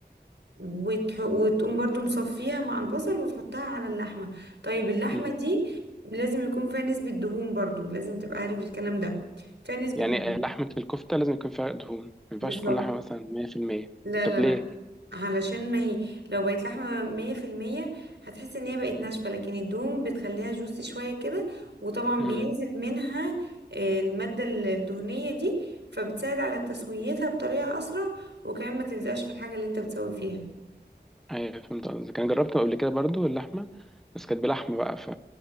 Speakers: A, on the right; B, in the centre.
A: وتح... وتقوم برضو مصفيها مع البصل وتحطها على اللحمة طيب اللحمة
B: مم.
A: دي لازم يكون فيها نسبة دهون برضو لازم تبقى عارف الكلام ده فيها نسبة
B: يعني
A: دهون
B: لحمه الكفته لازم يكون فيها دهون ما ينفعش
A: بالظبط
B: تكون لحمه مثلا 100%
A: لا
B: طب
A: لا
B: ليه
A: لا علشان ما هي لو بقت لحمة مية في المية هتحس ان هي بقت ناشفة لكن الدهون بتخليها جوسي شوية كده وطبعا بينزل
B: مم.
A: منها آه، المادة الدهنية دي فبتساعد على تسويتها بطريقة أسرع وكمان ما تلزقش في الحاجة اللي انت بتسوي فيها
B: ايوه فهمت قصدك انا جربت قبل كده برضو اللحمه بس كانت بلحمه بقى ف